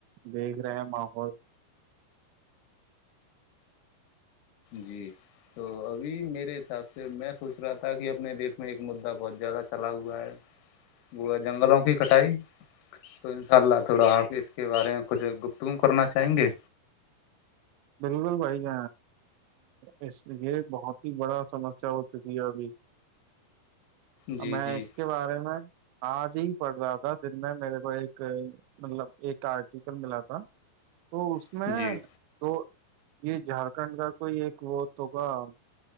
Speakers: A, on the right (about 80°); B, on the left (about 90°).
A: دیکھ رہے ہیں ماحول
B: جی تو ابھی میرے حساب سے میں سوچ رہا تھا کہ اپنے دیش میں ایک مدعا بہت زیادہ چلا ہوا ہے گڑا جنگلوں کی کٹائی تو انشاء اللہ تھوڑا آپ اس کے بارے میں کچھ گپتگو کرنا چاہیں گے
A: بالکل بھائی گ اس یہ بہت ہی بڑا سمسیا ہو چکی ہے ابھی
B: جی
A: میں
B: جی
A: اس کے بارے میں آج ہی پڑھ رہا تھا دن میں میرے کو ایک مطلب ایک آرٹیکل ملا تھا تو اس
B: جی
A: میں تو یہ جھارکھنڈ کا کوئی ایک وہ تو گ